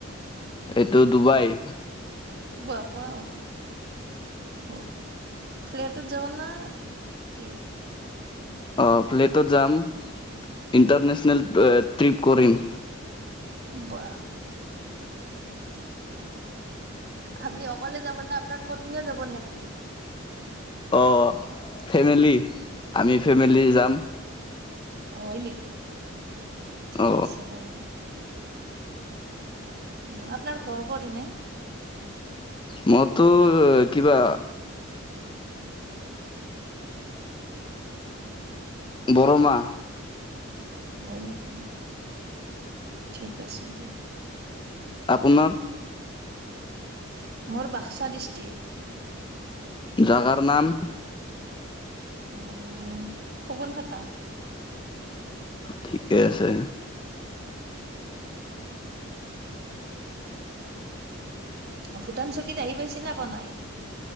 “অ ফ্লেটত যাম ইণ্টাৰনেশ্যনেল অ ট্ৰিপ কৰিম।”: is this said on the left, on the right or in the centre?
Left